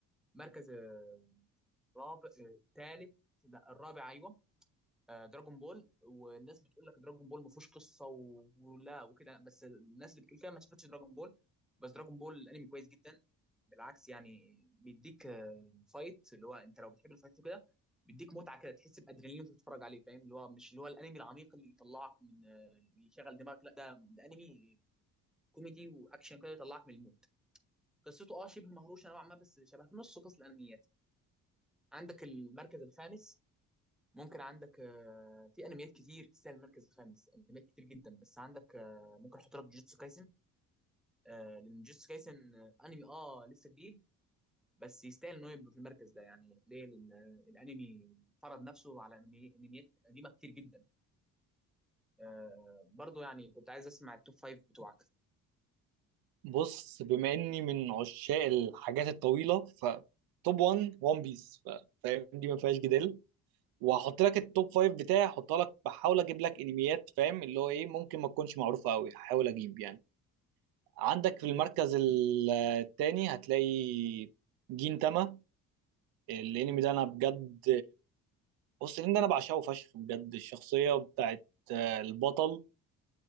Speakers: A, in the centre; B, on the right.
A: مركز آه، رابع آه، تالت لا الرابع ايوه آه، دراجون بول والناس بتقول لك دراجون بول ما فيهوش قصه و- ولا وكده بس الناس اللي بتقول كده ما شافتش دراجون بول بس دراجون بول الانمي كويس جدا بالعكس يعني بيديك آه، فايت اللي هو انت لو بتحب الفايت وكده بيديك متعه كده تحس بادرينالين وانت بتتفرج عليه فاهم اللي هو مش اللي هو الانمي العميق اللي يطلعك من آه، يشغل دماغك لا ده ده انمي كوميدي واكشن كده يطلعك من المود قصته اه شبه مهروشه نوعا ما بس شبه نص قصه الانميات عندك المركز الخامس ممكن عندك آه، في انميات كتير تستاهل المركز الخامس انميات كتير جدا بس عندك آه، ممكن احط لك جوجوتسو كايسن آه، لان جوجوتسو كايسن آه، انمي اه لسه جديد بس يستاهل انه يبقى في المركز ده يعني ليه؟ لان آه، الانمي فرض نفسه على أنمي- انميات قديمه كتير جدا آه، برضو يعني كنت عايز اسمع التوب فايف بتوعك
B: بص بما إني من عشاق الحاجات الطويلة ف توب 1 ون بيس فاهم دي ما فيهاش جدال وهحط لك التوب فايف بتاعي هحطها لك بحاول اجيب لك انميات فاهم اللي هو ايه ممكن ما تكونش معروفه قوي هحاول اجيب يعني عندك في المركز ال- التاني هتلاقي جين تاما الانمي ده انا بجد بص الانمي ده انا بعشقه فشخ بجد الشخصيه بتاعت آه، البطل